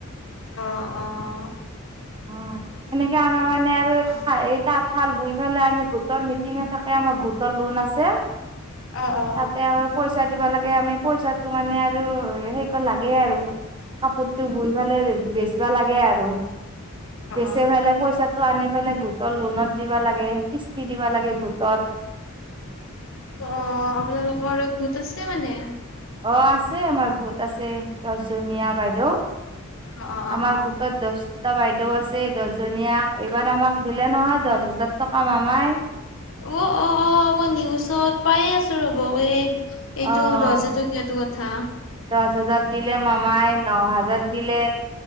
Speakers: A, on the left; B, on the right.
A: অঁ অঁ।
B: অ এনেকে আমাৰ মানে আৰু এই
A: অ
B: হাই তাঁতশাল বুই পেলাই আমি গোটৰ মিটিঙে থাকে আমাৰ গোটৰ লোন আছে।
A: অ অ অ
B: তাতে আৰু পইচা দিবা লাগে আমি পইচাটো মানে আৰু হে লাগে আৰু কাপোৰটো বই পেলাই বেচবা লাগে আৰু। বেচি
A: অ
B: ফালে পইচাটো আনি ফেলে গোটত লনত দিব লাগে, কিস্তি দিবা লাগে গোটত।
A: ক আপোনালোকৰ গোট আছে মানে?
B: অ আছে আমাৰ গোট আছে, দছজনীয়া বাইদেউ।
A: অ অ অ
B: আমাৰ
A: অ
B: গোটত দছ টা বাইদেউ আছে দহজনীয়া, এইবাৰ আমাক দিলে নহয় দছ হাজাৰ টকা মামাই।
A: অ অ অ মই নিউজত পায়ে আছো ৰব এই এইটো
B: অ',
A: দহ জ টকীয়াটো কথা
B: দহ হাজাৰ দিলে
A: অঁ।
B: মামাই ন হাজাৰ দিলে,